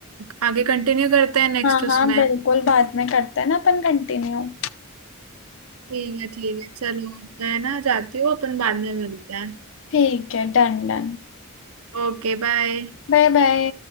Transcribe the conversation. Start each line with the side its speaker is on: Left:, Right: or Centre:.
Right: अ, आगे कंटिन्यू करते हैं नेक्स्ट
Left: हाँ
Right: उसमें
Left: हाँ बिल्कुल बाद में करते हैं ना अपन कंटिन्यू
Right: ठीक है ठीक है चलो मैं ना जाती हूँ अपन बाद में मिलते हैं
Left: ठीक है डन डन
Right: Okay bye
Left: Bye bye